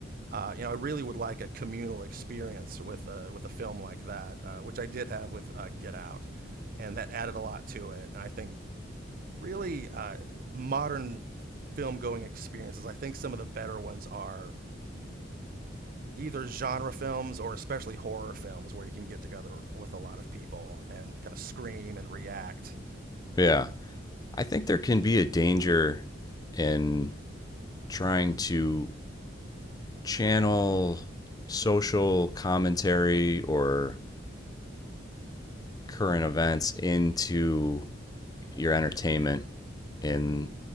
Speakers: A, on the right; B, on the left.
A: uh, you know, I really would like a communal experience with a with a film like that, uh, which I did have with uh, Get Out, and that added a lot to it. And I think really uh, modern film going experiences. I think some of the better ones are either genre films or especially horror films, where you can get together with a lot of people and kind of scream and react.
B: Yeah. I think there can be a danger in trying to channel social commentary or current events into your entertainment and
A: Mm-hmm.